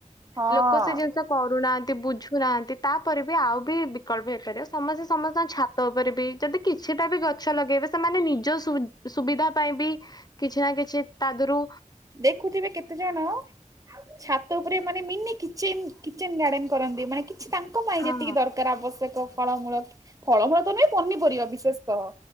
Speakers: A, on the right; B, on the left.
A: ହଁ।
B: ଲୋକ ସେ ଜିନିଷ କରୁନାହାନ୍ତି ବୁଝୁନାହାନ୍ତି ତାପରେ ବି ଆଉ ବି ବିକଳ୍ପ ହେଇପାରିବ ସମସ୍ତେ ସମସ୍ତଙ୍କ ଛାତ ଉପରେ ବି ଯଦି କିଛିଟା ବି ଗଛ ଲଗାଇବେ ସେମାନେ ନିଜ ସୁ ସୁବିଧା ପାଇଁ ବି କିଛି ନା କିଛି ତାଧିରୁ
A: ଦେଖୁଥିବେ କେତେଜଣ ଛାତ ଉପରେ ମାନେ ମିନି କିଚେନ୍ କିଚେନ୍ ଗାର୍ଡେନ କରନ୍ତି, ମାନେ କିଛି ତାଙ୍କ ପାଇଁ
B: ହଁ
A: ଯେତିକି ଦର୍ କାର ଆବଶ୍ୟକ ଫଳମୂଳ। ଫଳମୂଳ ତ ନାଇଁ ପନିପରିବା ବିଶେଷତଃ।